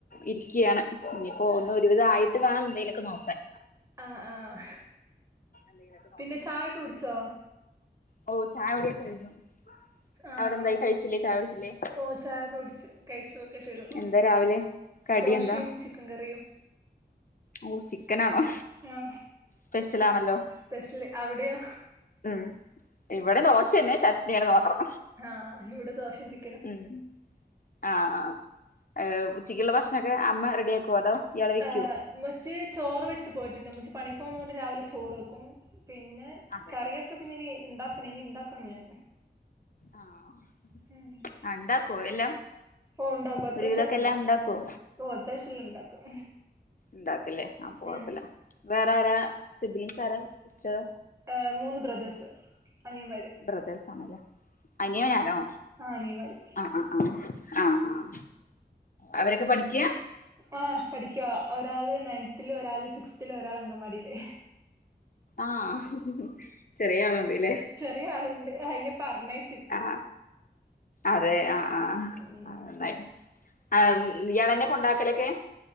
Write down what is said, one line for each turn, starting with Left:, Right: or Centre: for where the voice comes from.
Left: ഇരിയ്ക്കയാണ് ഇനിയിപ്പോ ഒന്ന് ഒരുവിധം ആയിട്ട് വേണം എന്തേലൊക്കെ നോക്കാൻ
Right: ആഹ് ആഹ്
Left: എന്തെങ്കിലൊക്കെ
Right: പിന്നെ ചായൊക്കെ കുടിച്ചോ?
Left: ഓ ചായ കുടി ഒക്കെ കഴിഞ്ഞു
Right: ആഹ്
Left: അവിടെന്തായി കഴിച്ചില്ലേ ചായ കു ടിച്ചില്ലേ
Right: ഓഹ് ചായൊക്കെ കുടിച്ചു കഴിച്ചു ഒക്കെ ചെയ്തു
Left: എന്താ രാവിലെ കടി
Right: ദോശയും
Left: എന്താ
Right: ചിക്കൻ കറിയും
Left: ഓ ചിക്കനാണോ?
Right: ഏ
Left: സ്പെഷ്യലാണല്ലോ
Right: സ്പെഷ്യല് അവിടെയോ
Left: ഉം ഇവിടെ ദോശന്നെ ചട്നിയാണെന്ന് മാത്രം
Right: ആഹ് ഇവിടെ ദോശേ ച്
Left: ഉം ആ ആ ഏ ഉച്ചക്കുള്ള ഭക്ഷണൊക്കെ അമ്മ റെഡിയാക്കോ അതോ ഇയാള് വെക്കുവോ
Right: ആ ഉമ്മച്ചി ചോറു വെച്ച് പോയിട്ടുണ്ട് മ്മച്ചി പണിക്കോന്നോണ്ട് രാവിലെ ചോറു വെക്കും പിന്നെ
Left: അതെ
Right: കറിയൊക്കെ
Left: ഓ
Right: പിന്നിനി ഇണ്ടാക്കണം ഇനി ഇണ്ടാക്കണം ഞാൻ
Left: ആഹ് ആഹ് ആഹ്
Right: ഉം
Left: അഹ് ണ്ടാക്കോ എല്ലാം
Right: ഓ ഉണ്ടാക്കും അത്താവശം
Left: ഒരുവിധൊക്കെ
Right: ഒക്കെ
Left: എല്ലാം
Right: ഉണ്ടാക്കും
Left: ഇണ്ടാക്കോ
Right: ഓ അത്താവശെല്ലാം ഇണ്ടാക്കും
Left: ഉണ്ടാക്കില്ലേ അപ്പ കൊഴപ്പില്ല
Right: ഉം
Left: വേറാരാ സിബിലിൻസ് ആരാ സിസ്റ്റർ
Right: ഏ മൂന്ന് ബ്രദേഴ്സ് അനിയമ്മാര്
Left: ബ്രദേഴ്സാണല്ലേ അനിയനാണോ
Right: ആ അനിയന്മാര്
Left: ആ ആ ആ ആ ആഹ് ആഹ് അവരൊക്കെ പഠിക്ക്യാ
Right: ആ പഠിക്കുവാ ഒരാള് നയൻത്തില് ഒരാള് സിക്സ്ത്തില് ഒരാൾ അംഗൻവാടിയില്
Left: ആഹ് ചെറിയ ആളുണ്ട്ല്ലേ
Right: ചെറിയ ആളുണ്ട് അയിനെ പറഞെ
Left: ആ ആ അതെ ആ
Right: ഉം
Left: ആഹ് അന്നായി ആഹ് ഇയാളെന്നെ കൊണ്ടാക്കലൊക്കെ